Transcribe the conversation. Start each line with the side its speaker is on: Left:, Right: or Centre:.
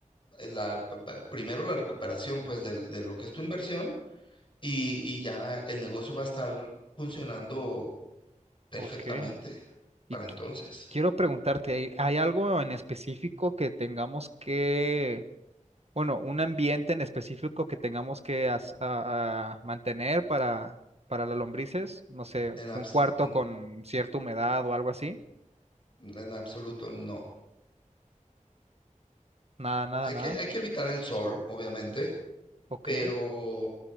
Left: eh, la, primero la recuperación pues de de lo que es tu inversión y, y ya el negocio va a estar funcionando perfectamente
Right: Ok.
Left: para
Right: Y qui-
Left: entonces.
Right: quiero preguntarte, ¿hay, hay algo en específico que tengamos que, bueno, un ambiente en específico que tengamos que as- a- a mantener para, para las lombrices? No sé,
Left: En, abso-
Right: un cuarto
Left: n-
Right: con cierta humedad o algo así.
Left: en absoluto no.
Right: Nada, nada,
Left: Hay
Right: nada.
Left: que, hay que evitar el sol, obviamente,
Right: Ok.
Left: pero